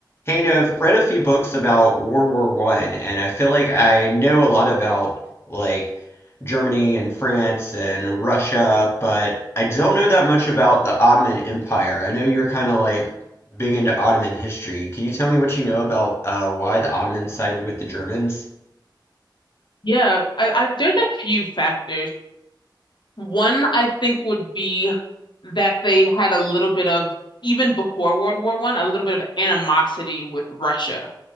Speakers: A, on the left (about 30°); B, on the left (about 70°).
A: Kind of read a few books about World War One, and I feel like I know a lot about like Germany and France and Russia, but I don't know that much about the Ottoman Empire. I know you're kind of like big into Ottoman history. Can you tell me what you know about uh, why the Ottomans sided with the Germans?
B: Yeah, I, I there's a few factors. One I think would be that they had a little bit of, even before World War One, a little bit of animosity with Russia